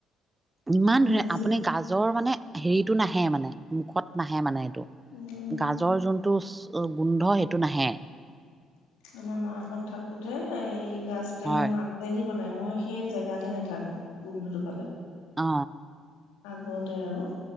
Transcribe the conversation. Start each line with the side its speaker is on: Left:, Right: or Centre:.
Right: ইমান
Left: মই
Right: ধুনীয়া
Left: আজি
Right: আপুনি গাজৰ মানে হেৰিটো নাহে, মানে মুখত নাহে মানে।
Left: উম,
Right: গাজৰ যোনটো গোন্ধ সেইটো নাহে।
Left: আমাৰ মাহত থাকোতে এই গাজ টেঙা
Right: হয়
Left: মাছেদি দি বনায়। মই সেই জেগাতে নাথাকো গোন্ধটো পালে।
Right: অ।
Left: আগতে আৰু।